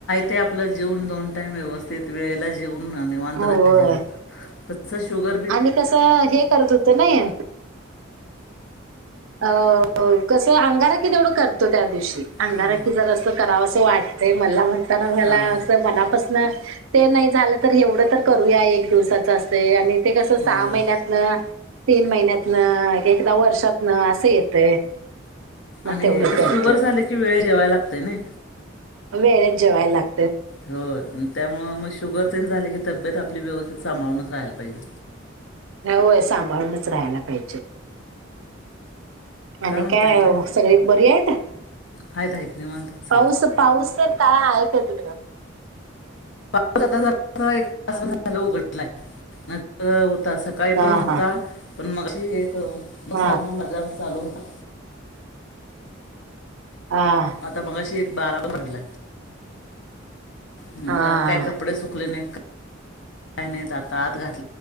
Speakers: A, on the left; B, on the right.
A: ते आपलं जेवन दोन टाईम व्यवस्थित वेळेला जेव वांत
B: होय
A: रा शुर
B: आणि कसं हे करत होत नाही. अ कसं अंगारा क तेवढं करतो त्या दिवशी अंगार
A: हां
B: क जर असं कराव. असं वाटते मला म्हणताना मला
A: हां
B: असं मनापासून ते नाही झालं तर एवढं तर करूया एक दिवसाच असे आणि ते कस
A: होय
B: सहा
A: होय
B: महिन्या तीन महिन्यात एकदा वर्षात ना असं येतय. मग
A: आणि
B: तेवढं
A: ए
B: करतो
A: शुगर झाले की वेळ घवाय लागतय ना.
B: अम एने जय लाग.
A: हो. त्यामुळं मग शुगर तेण झाले की तब्येत आपली व्यवस्थित सांभाळूनच राहायला पाहिजे.
B: होय सांभाळूनच राहायला काही. आणि
A: म्हणताय
B: काय
A: आणि
B: सगळी बरी आहे का?
A: आहेत आहेत निवांत आहेत सगळे.
B: पाऊस पाऊस तरल काय आहे का तडं.
A: आता तास झालं उघडला न. नवता सकाळी
B: हा
A: पण नवतता पण मगशी एक बसाळ
B: हा
A: न अा मसालो होता.
B: हा.
A: आता मग एक बारा ब बडला. मग
B: हा
A: काय
B: हा
A: कपडे सुकले नाही काय नाही आता आत घात.